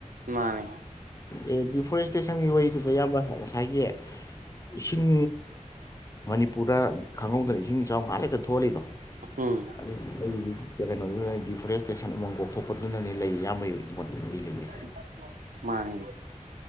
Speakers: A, on the right (about 85°); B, on the left (about 25°).
A: ꯃꯥꯅꯤ
B: ꯑꯦ ꯗꯤꯐꯣꯔꯦꯁꯇꯦꯁꯟꯒꯤ ꯋꯥꯔꯤꯗꯨꯗ‌ ꯏꯌꯥꯝꯕ ꯉꯁꯥꯏꯒꯤ꯫ ꯏꯁꯤꯡ ꯃꯅꯤꯄꯨꯔꯗ ꯈꯪꯍꯧꯗꯅ ꯏꯁꯤꯡ ꯏꯆꯥꯎ ꯉꯥꯛ ꯂꯩꯇ ꯊꯣꯛꯍꯜꯂꯤꯗꯣ
A: ꯎꯝ
B: ꯑꯩ ꯀꯩꯅꯣ ꯗꯤꯐꯣꯔꯦꯁꯇꯦꯁꯟ ꯑꯃꯃꯪ ꯀꯣꯛꯊꯣꯛꯄ ꯄꯣꯠꯇꯨꯅꯅꯤ ꯂꯩ ꯏꯌꯥꯝꯕꯒꯤ <unintelligible> ꯄꯤꯒꯅꯤ꯫
A: <unintelligible> ꯃꯥꯅꯦ